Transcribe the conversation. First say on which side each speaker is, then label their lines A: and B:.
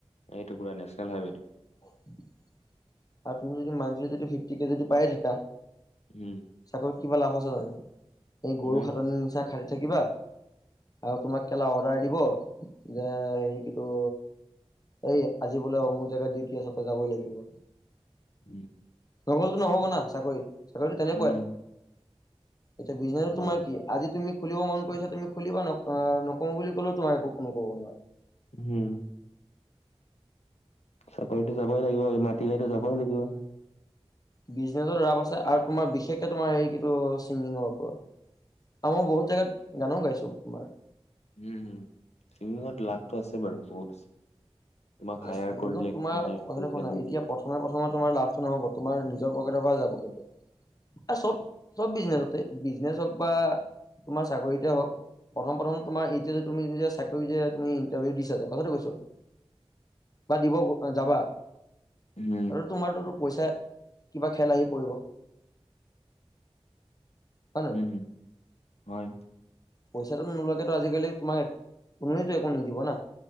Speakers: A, on the left (about 80°); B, on the left (about 35°).
A: এইটুকুৰা নেচনেল হাই ৱে টো।
B: <unintelligible> আৰু তুমি যদি মান্থলি যদি ফিফটি কে যদি পায়ে থাকা
A: উম
B: চাকৰিত কিবা লাভ সঁচা হৈ ন? এই গৰু
A: নাই
B: খাতনি নিচা খাল থাকিবা? আৰু তোমাক কেলা অৰ্ডাৰ দিব যে হেৰি কিটো এই আজি বোলে অমোক জাগাত ডিউটি আছে তই যাবই লাগিব।
A: উম
B: নগলে নহ'ব না চাকৰিত। চাকৰিটো তেনেকুৱাই।
A: উম
B: এতিয়া বিজনেছ
A: হয়
B: তোমাৰ
A: হয়।
B: কি আজি তুমি খুলিব মন কৰিছে তুমি খুলিবা ন। নকৰো বুলি ক'লেও তোমাৰ একো কোনো ক'ব নোৱাৰে।
A: উম। চাকৰি টো যাবই লাগিব। এই মাতিলেতো যাবই লাগিব।
B: বিজনেছত ৰাপ আছে। আৰু তোমাৰ বিশেষকে তোমাৰ এই কিটো, ছিংগিঙৰ ওপৰত। আমাৰ বহুত জেগাত গানো গাইছোঁ তোমাৰ।
A: উম - উম। ছিংগিঙত লাভটো আছে বাৰু, বহুত আছে। তোমাক
B: মানে
A: হায়াৰ
B: ছিংগিঙত
A: কৰিলে
B: তোমাৰ
A: কিছুমানে
B: কথাটো
A: পইচা
B: শুনা,
A: দি
B: এতিয়া
A: দিয়ে
B: প্ৰথমে প্ৰথমত তোমাৰ লাভটো নহ'ব। তোমাৰ নিজৰ পকেটৰ পৰা যাব কিন্তু। এ চব বিজনেছতে- বিজনেছ হওঁক বা তোমাৰ চাকৰিতে হওঁক, প্ৰথম - প্ৰথম তোমাৰ এতিয়া যে তুমি যেতিয়া চাকৰি যে তুমি ইণ্টাৰভিউ দিছা যে, কথাটো কৈছোঁ। বা দিব- যাবা।
A: উম
B: আৰু তোমাৰটোতো পইছা কিবা খেল আহি পৰিব। হয়
A: উম। হয়।
B: পইছাটো নোলোৱাকেতো আজিকালি তোমাক কোনোৱেটো একো নিদিব না।